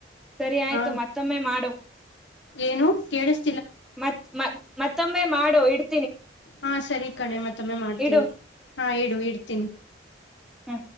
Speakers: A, in the centre; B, on the left.
A: ಸರಿ ಆಯ್ತು
B: ಹಾ
A: ಮತ್ತೊಮ್ಮೆ ಮಾಡು
B: ಏನು ಕೇಳಿಸ
A: ಮತ್ ಮತ್ ಮತ್ತೊಮ್ಮೆ ಮಾಡೋ ಇಡ್
B: ಹಾ ಸರಿ ಕಣೆ ಮತ್ತೊಮ್ಮೆ ಮಾಡ್ತೀನಿ
A: ಇಡು
B: ಹಾ ಇಡು ಇಡ್ತೀನ್ಿ
A: ಹ್ಮ